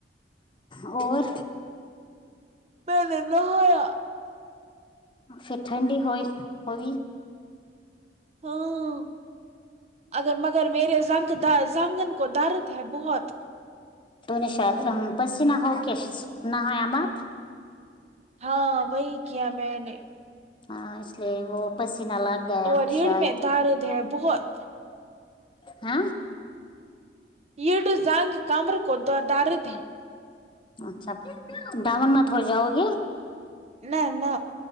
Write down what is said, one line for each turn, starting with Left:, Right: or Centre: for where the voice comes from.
Left: اور
Right: میں نے نہایا
Left: پھر ٹھنڈی ہوئی ہوی
Right: ہاں اگر مگر میرےن زنگن کو درد ہے بہت
Left: <unintelligible>
Right: ہاں وہی کیا میں نے
Left: ہاں اس لیے وہ پسینہ لگ گیا
Right: اور ریڑ
Left: شاید
Right: میں دارد ہے بہت
Left: ہاں
Right: رڈ زانگ کمر کو ددارد ہیں
Left: اچھا دامن مت ہو جاؤ گے
Right: نہ نہ